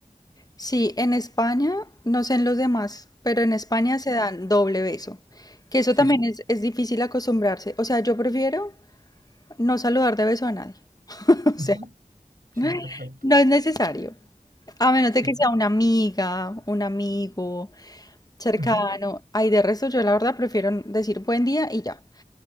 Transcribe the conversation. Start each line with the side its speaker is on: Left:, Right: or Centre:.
Left: sí, en España, no sé en los demás, pero en España se dan doble beso, que eso
Right: Sí,
Left: también es, es difícil acostumbrarse. O sea, yo prefiero no saludar de beso a nadie. <laughs>
Right: ujú,
Left: O sea,
Right: sí,
Left: <laughs>
Right: perfecto,
Left: no es necesario. A menos
Right: sí.
Left: de que sea una amiga, un amigo cercano.
Right: ujú.
Left: Ay, de resto, yo la verdad prefiero decir buen día y ya.